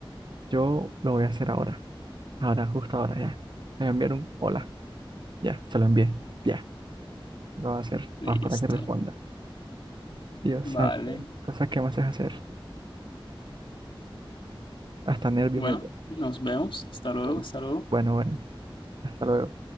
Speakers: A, on the right; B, on the left.
A: Yo lo voy a hacer ahora. Ahora, justo ahora, ya. Me enviaron un hola. Ya, se lo envié. Ya, lo voy a hacer.
B: Listo.
A: Vamos para que responda. Dios santo,
B: Vale.
A: cosas que me haces hacer. Hasta nervio
B: Bueno,
A: me dio.
B: nos vemos. Hasta luego,
A: <laughs>
B: hasta luego.
A: Bueno, bueno. Hasta luego.